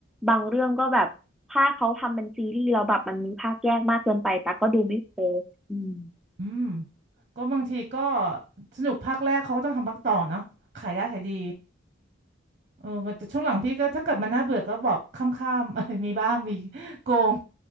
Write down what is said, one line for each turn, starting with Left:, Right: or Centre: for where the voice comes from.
Centre: บางเรื่องก็แบบถ้าเขาทำเป็นซีรีส์แล้วแบบมันมีภาคแยกมากเกินไปแต่กก็ดูไม่ครบอืม
Right: อืมก็บางทีก็สนุกภาคแรกเขาก็ต้องทำภาคต่อเนาะขายได้ขายดี เออแต่ช่วงหลังพี่ก็ถ้าเกิดมันน่าเบื่อก็บอกข้ามๆ <laughs> อะไรมีบ้างมีโกง